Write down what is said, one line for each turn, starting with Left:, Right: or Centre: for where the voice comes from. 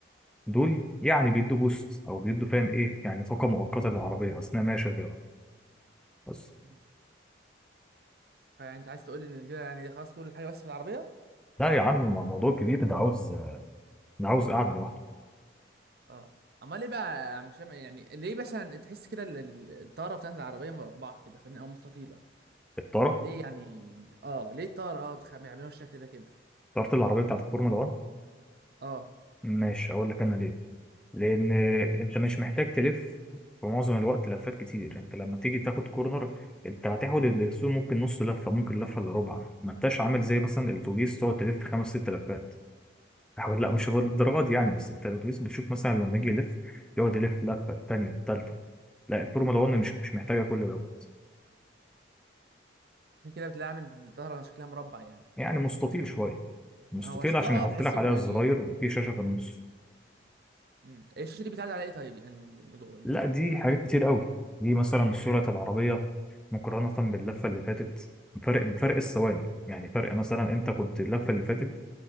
Centre: دول يعني بيدوا بوست او بيدوا فاهم ايه يعني طاقه مؤقته للعربيه اثناء ما هي شغاله بس
Right: مم. فيعني انت عايز تقول لي ان كده يعني خلاص كل حاجه بس في العربيه
Centre: لا يا عم ما الموضوع كبير ده عاوز ده عاوز قاعده لوحده
Right: اه امال ليه بقى مش يعني ليه مثلا تحس كده ال- ال- الطاره بتاعت العربيه مربعه كده فاهمني او مستطيله
Centre: الطاره
Right: ليه يعني اه ليه الطاره اه بتخ- بيعملوها بالشكل ده كده
Centre: طاره العربيه بتاعت الفورمولا 1
Right: اه
Centre: ماشي اقول لك انا ليه لان انت مش محتاج تلف في معظم الوقت لفات كتير انت لما تيجي تاخد كورنر انت هتاخد الدرسون ممكن نص لفه ممكن لفه الا ربع ما انتش عامل زي مثلا الاتوبيس تقعد تلف خمس ست لفات حاول لا مش هو للدرجه دي يعني بس انت الاتوبيس بتشوف مثلا لما يجي يلف يقعد يلف لفه الثانيه الثالثه لا الفورمولا 1
Right: مم.
Centre: مش مش محتاجه كل دوت
Right: عشان كده بتلاقي عامل الطاره شكلها مربع يعني
Centre: يعني مستطيل شويه مستطيل
Right: هو شكلها
Centre: عشان يحط
Right: اه تحسهم
Centre: لك عليها
Right: يعني
Centre: الزراير وفي شاشه في النص
Right: امم الشاشه دي بتعدي على ايه طيب يعني اللي جوه دي
Centre: لا دي حاجات كتير قوي دي مثلا صوره العربيه مقارنه باللفه اللي فاتت فرق بفرق الثواني يعني فرق مثلا انت كنت اللفه اللي فاتت